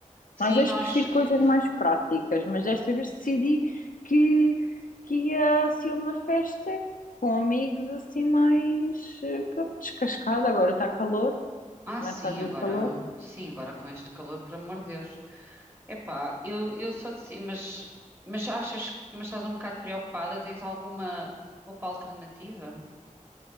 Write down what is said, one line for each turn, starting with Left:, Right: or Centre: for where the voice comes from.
Right: Sim,
Left: às vezes
Right: nós.
Left: prefiro
Right: eh,
Left: coisas mais práticas, mas desta vez decidi que, que ia ser uma festa com amigos assim mais eh, pronto, descascada. Agora está calor,
Right: Ah,
Left: começa
Right: sim,
Left: a vir
Right: agora.
Left: o calor.
Right: Sim, agora com este calor, por amor de Deus. Epá, eu, eu só disse, mas, mas achas, mas estás um bocado preocupada? Tens alguma roupa alternativa?